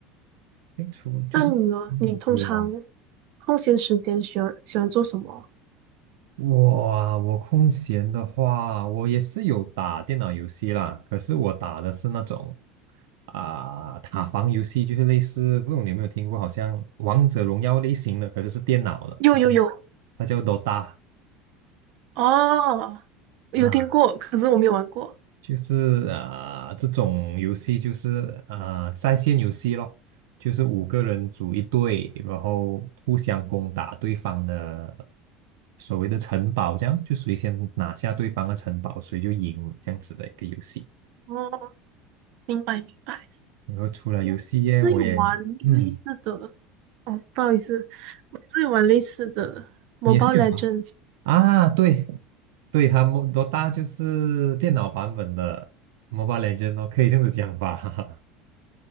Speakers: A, on the right (about 80°); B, on the right (about 60°).
A: 清除就是嗯我
B: 那你呢？你通常空闲时间喜欢喜欢做什么？
A: 我啊，我空闲的话，我也是有打电脑游戏啦。可是我打的是那种啊、塔防游戏，就是类似，不知道你有没有听过，好像王者荣耀类型的，可是是电脑的，
B: 有有有，
A: 它就它叫 Dota
B: 哦，有听过，
A: 啊。
B: 可是我没有玩过。
A: 就是啊、呃这种游戏就是啊、呃在线游戏咯，就是五个人组一队，然后互相攻打对方的所谓的城堡，这样就谁先拿下对方的城堡，谁就赢这样子的一个游戏。
B: 哦，明白明白，
A: 然后除了游戏业，
B: 我自己玩类似的，
A: 我也嗯，
B: 哦，不好意思，我自己玩类似的《Mobile
A: 你也是有吗？
B: Legends》，
A: 啊，对对，他们多大就是电脑版本的 Mobile Legend 哦，可以这样子讲吧。<laughs>